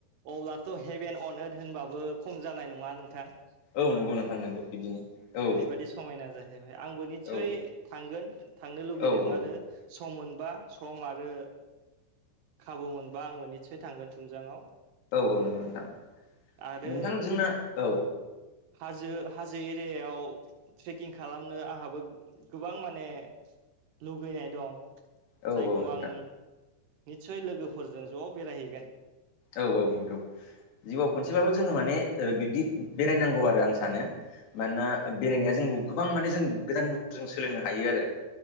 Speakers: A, on the right; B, on the left.
A: अब्लाथ' हेभेन अनद होनबाबो खम जानाय नङा नोंथां?
B: औ नंगौ नों थांनांगौ बिदिनो। औ
A: ओरैबायाददि समायना जाहैबायबाय आंबो निस्सय
B: औ
A: थांगोन थांनो लुुबैदों
B: औ औ
A: आरो सम मोनबा सम आरो खाबु मोनबा आंबो निसय थांगोन थुमजांङाआव
B: औ-औ नंगौ नोंथां
A: आरो
B: नोंथां जोंना औ
A: हाजो हाजो एरियायाव ट्रेकिं खालामनो आंहाबो गोबां माने लुगैनाय दं
B: औ
A: जायखौ
B: औ नोंथां
A: आं निसय लोगोफोरजों ज' बेरायहैगोन
B: औ-औ नंगौ जिउआव खनसेबाबो जोङो माने बिब्दि बेरायनांगौ आरो आं सानो मानोना बेरायनाया जों गोबां माने जों गोदान बुस्थु जों सोलोंनो हायो आरो